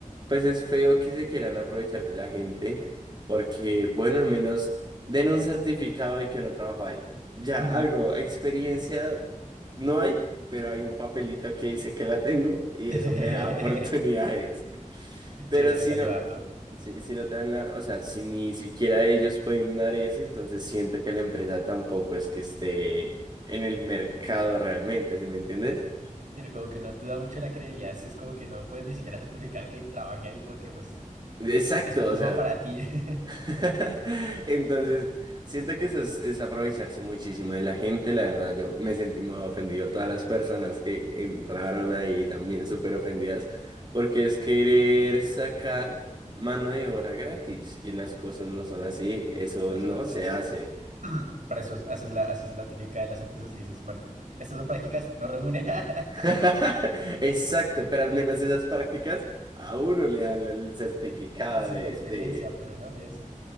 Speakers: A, on the right; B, on the right.
A: pues es feo que se quieran aprovechar de la gente, porque, bueno, al menos den un certificado de que uno trabajó ahí. Ya,
B: Mm.
A: algo, experiencia no hay, pero hay un papelito que dice que la tengo y
B: <laughs>
A: eso me da <laughs> oportunidades. Pero
B: Sí, eso,
A: si
B: eso
A: no,
B: ayuda harto.
A: si, si no te dan la, o sea, si ni siquiera ellos pueden dar eso, entonces siento que la empresa tampoco es que esté en el mercado realmente, ¿sí me entiendes?
B: Sino como que uno duda mucho de la credibilidad, si es como que no puedes ni siquiera certificar que trabajé ahí porque pues
A: Exacto,
B: es un problema
A: o sea.
B: para ti. <laughs>
A: <laughs> Entonces, siento que eso es, es aprovecharse muchísimo de la gente, la verdad. Yo me sentí muy ofendido. Todas las personas que entraron ahí también súper
B: Ujú.
A: ofendidas, porque es querer sacar mano de obra gratis y las cosas no son así. Eso
B: No
A: no
B: solo se
A: se
B: haces.
A: hace.
B: <clears throat> Para eso es- haces la, haces la típica de las empresas y dices, bueno, estas son prácticas no remuneradas.
A: <laughs>
B: <laughs>
A: Exacto, pero al menos esas prácticas a uno le dan el certificado
B: Sí,
A: de,
B: la experiencia,
A: de
B: pero no, ni eso.